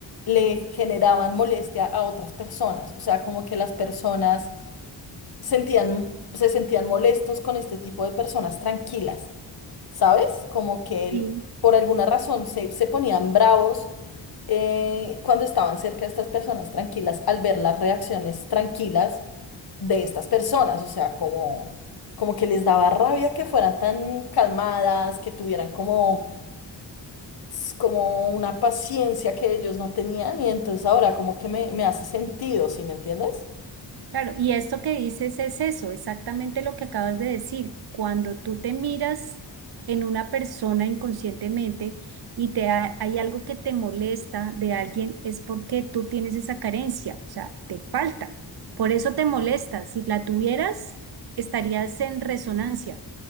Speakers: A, on the left; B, on the right.
A: le generaban molestia a otras personas, o sea, como que las personas sentían, se sentían molestos con este tipo de personas tranquilas. ¿sabes? Como que él,
B: Sí,
A: por alguna razón se, se ponían bravos eh, cuando estaban cerca de estas personas tranquilas al ver las reacciones tranquilas de estas personas, o sea, como, como que les daba rabia que fueran tan calmadas, que tuvieran como, s- como una paciencia que ellos no tenían y entonces ahora como que me, me hace sentido, ¿sí me entiendes?
B: claro. Y esto que dices es eso, exactamente lo que acabas de decir. Cuando tú te miras en una persona inconscientemente y te ha- hay algo que te molesta de alguien, es porque tú tienes esa carencia, o sea, te falta. Por eso te molesta. Si la tuvieras, estarías en resonancia.